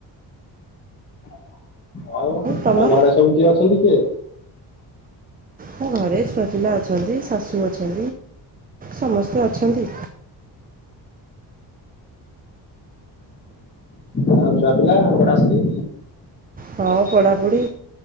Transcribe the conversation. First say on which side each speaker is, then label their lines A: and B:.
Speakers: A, on the left; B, on the right.
A: <inaudible> ଆଉ
B: ତମର
A: ଆଉ ଘରେ ସବୁ କିଏ ଅଛନ୍ତି କିଏ?
B: ମୋ ଘରେ ଛୁଆ ପିଲା ଅଛନ୍ତି ଶାଶୁ ଅ ସମସ୍ତେ ଅଛନ୍ତି।
A: ଆଉ ଛୁଆ ପିଲା ପଡାପଡ଼ି।
B: ହଁ ପଢ଼ାପୁଦି